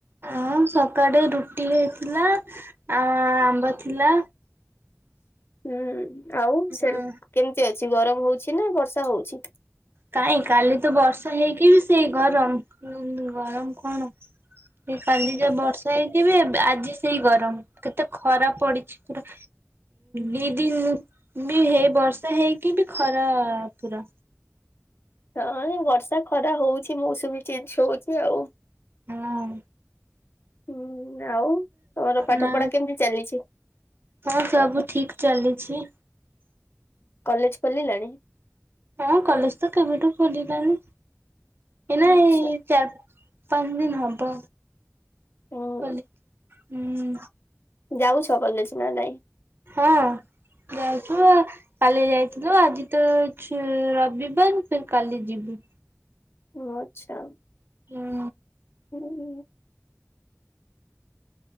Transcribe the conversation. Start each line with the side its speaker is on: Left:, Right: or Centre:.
Right: ଆ ସକାଳେ ରୁଟି ହେଇଥିଲା। ଆ ଆମ୍ବ ଥିଲା।
Left: ହୁଁ ଆଉ
Right: ହଁ
Left: ସେ କେମିତି ଅଛି ଗରମ ହଉଛି ନା ବର୍ଷା ହଉଛି?
Right: କାହିଁ କାଲି ତ ବର୍ଷା ହେଇକି ବି ସେଇ ଗରମ ଗରମ କଣ ଏ କାଲି
Left: ଆଚ୍ଛା
Right: ଯା ବର୍ଷା ହେଇଥିବେ ଏ ଆଜି ସେଇ ଗରମ କେତେ ଖରାପ ପଡିଛି ପୁରା ଦି ଦିନ ବି ହେଇ ବର୍ଷା ହେଇକି ବି ଖରା ପୁରା।
Left: ହଁ ବର୍ଷା ଖରା ହଉଛି ମୌସୁମୀ ଚେଞ୍ଜ ହଉଛି ଆଉ।
Right: ହଁ।
Left: ହୁଁ ଆଉ ତମର ପାଠ
Right: ନା
Left: ପଢା କେମିତି ଚାଲିଚି?
Right: ହଁ ସବୁ ଠିକ୍ ଚାଲିଛି।
Left: କଲେଜ୍ ଖୋଲିଲାଣି?
Right: ହଁ କଲେଜ୍ ତ କେବେଠୁ ଖୋଲିଲାଣି ଏଇନା
Left: ଆଛା
Right: ଏଇ ଚାର୍ ପାଞ୍ଚ ଦିନ ହବ
Left: ହୁଁ
Right: ଖୋଲି ହୁଁ।
Left: ଯାଉଛ କଲେଜ ନା ନାଇଁ
Right: ହଁ ଯାଉଚୁ ଆ କାଲି ଯାଇଥିଲୁ ଆଜି ତ ରବିବାର ଫିର୍ କାଲି ଯିବୁ।
Left: ହଁ ଆଚ୍ଛା
Right: ହୁଁ
Left: ହୁ